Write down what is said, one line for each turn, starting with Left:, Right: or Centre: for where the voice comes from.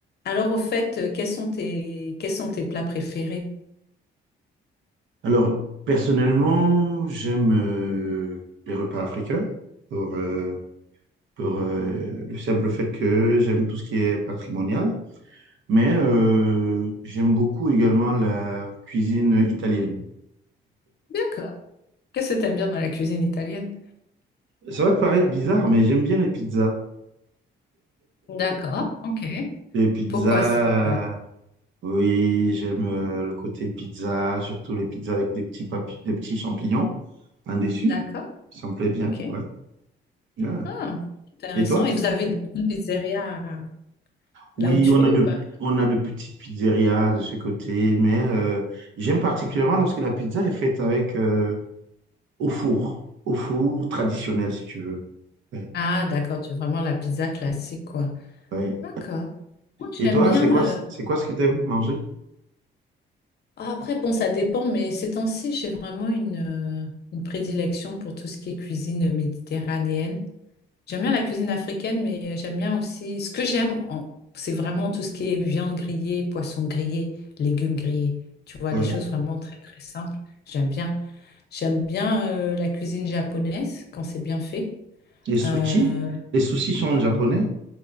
Left: Alors, au fait, euh, quels sont tes, quels sont tes plats préférés?
Right: Alors, personnellement, j'aime euh, les repas africains pour, euh, pour euh, le simple fait que j'aime tout ce qui est patrimonial, mais euh, j'aime beaucoup également la cuisine italienne.
Left: D'accord. Qu'est-ce que t'aimes bien dans la cuisine italienne?
Right: Ça va te paraître bizarre, mais j'aime bien les pizzas.
Left: D'accord. OK.
Right: Les pizzas,
Left: Pourquoi c'est?
Right: oui, j'aime euh, le côté pizza, surtout les pizzas avec des petits, papi- des petits champignons en dessus.
Left: D'accord.
Right: Ça me plaît bien,
Left: OK.
Right: ouais. Ouais.
Left: Ah, intéressant.
Right: Et toi?
Left: Et vous avez des bonnes pizzerias euh,
Right: Oui,
Left: là où tu
Right: on
Left: es
Right: a de,
Left: ou pas?
Right: on a de petites pizzerias de ce côté, mais euh, j'aime particulièrement lorsque la pizza est faite avec euh, au four, au four traditionnel si tu veux. Ouais,
Left: Ah, d'accord, tu veux vraiment la pizza classique, quoi.
Right: ouais.
Left: D'accord. Moi, j'aime
Right: Et toi,
Left: bien.
Right: c'est quoi,
Left: euh,
Right: c'est quoi ce que tu aimes manger?
Left: ah, après, bon, ça dépend, mais ces temps-ci, j'ai vraiment une, euh, une prédilection pour tout ce qui est cuisine méditerranéenne. J'aime bien la cuisine africaine, mais euh, j'aime bien aussi. Ce que j'aime, en- c'est vraiment tout ce qui est viande grillée, poisson grillé, légumes grillés. Tu vois,
Right: Ouais.
Left: les choses vraiment très, très simples. J'aime bien. J'aime bien euh, la cuisine japonaise quand c'est bien fait.
Right: Les sushis?
Left: Euh,
Right: Les sushis sont japonais?